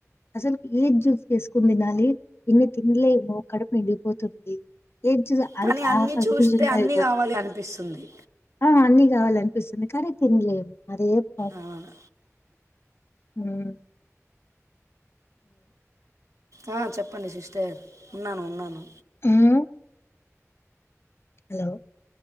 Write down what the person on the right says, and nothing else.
కానీ
అన్నీ
చూస్తే అన్నీ
కావాలి అనిపిస్తుంది
అవును
ఆ చెప్పండి సిస్టర్ ఉన్నాను ఉన్నాను